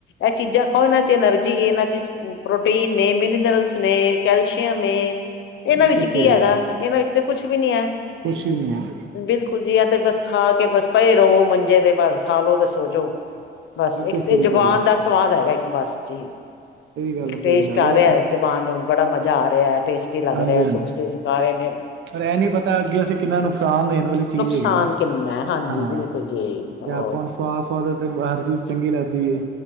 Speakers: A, on the left; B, on the right.
A: ਇਹ ਚੀਜ਼ਾਂ ਖਾਓ, ਇਹਨਾਂ ਚ ਐਨਰਜੀ ਇਹਨਾਂ ਚ ਪ੍ਰੋਟੀਨ ਨੇ ਮਿਨਰਲਸ ਨੇ ਕੈਲਸ਼ੀਅਮ ਏ, ਇਹਨਾਂ
B: ਬਿਲਕੁਲ
A: ਵਿੱਚ
B: ਸਹੀ
A: ਕੀ ਹੈਗਾ
B: ਗੱਲ ਹੈ
A: ਇਹਨਾਂ ਵਿੱਚ ਤੇ ਕੁੱਛ ਵੀ ਨੀ ਐ।
B: ਕੁਛ ਵੀ ਨਹੀਂ ਹੈ
A: ਬਿਲਕੁਲ ਜੀ, ਆ ਤੇ ਬਸ ਖਾ ਕੇ ਬਸ ਪਏ ਰੋਵੋ ਮੰਜ਼ੇ ਤੇ ਬਸ ਖਾਲੋ ਤੇ ਸੋਜੋ। ਬਸ
B: ਬਿਲਕੁਲ
A: ਇੱਕ
B: ਸਹੀ
A: ਤੇ ਜਵਾਨ
B: ਗੱਲ ਹੈ
A: ਦਾ ਸਵਾਦ ਹੈਗਾ, ਇੱਕ ਬੱਸ ਚ ਜੀ।
B: ਸਹੀ ਗੱਲ
A: ਇੱਕ
B: ਹੈ ਸਹੀ
A: ਟੇਸਟ
B: ਗੱਲ
A: ਆ ਰਿਹਾ।
B: ਹੈ
A: ਜਬਾਨ ਨੂੰ ਬੜਾ ਮਜ਼ਾ ਆ ਰਿਹਾ, ਟੇਸਟੀ ਲੱਗ
B: ਹਾਂਜੀ
A: ਰਿਹਾ
B: ਹਾਂਜੀ
A: ਸੂਸੀਜ ਪਾ ਰਹੇ ਨੇ।
B: ਪਰ ਇਹ ਨੀ ਪਤਾ ਅੱਗੇ ਅਸੀਂ ਕਿੰਨਾ ਨੁਕਸਾਨ ਦੇਣ ਵਾਲੀ ਚੀਜ਼
A: ਨੁਕਸਾਨ
B: ਹੈਗੀ ਐਂ,
A: ਕਿੰਨਾ ਹੈ। ਹਾਂਜੀ
B: ਹਾਂ
A: ਬਿਲਕੁਲ ਜੀ ਹੋਰ
B: ਤੇ ਆਪਾਂ ਹੁਣ ਸਵਾਦ ਸਵਾਦ ਤੇ ਹਰ ਚੀਜ਼ ਚੰਗੀ ਲੱਗਦੀ ਏ,